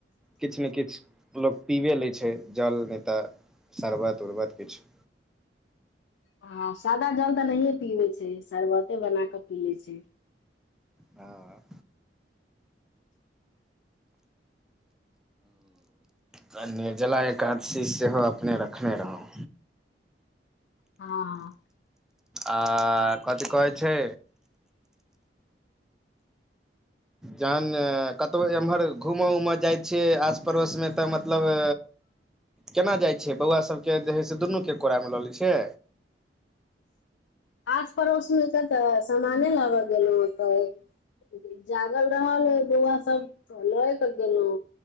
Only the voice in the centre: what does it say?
किछु ने किछु लोक पीबे लै छै जल नहि तऽ शरबत उर्बत किछु
हँ ह निर्जला एकादशी सेहो अपने रखने रहौ
आ कथि कहै छै जहन कतौ एम्हर घूमय उमय जाइ छियै आस पड़ोस मे तऽ मतलब केना जाइत छियै बौआ सभके जे है से दुनूके कोड़ा मे लऽ लै छियै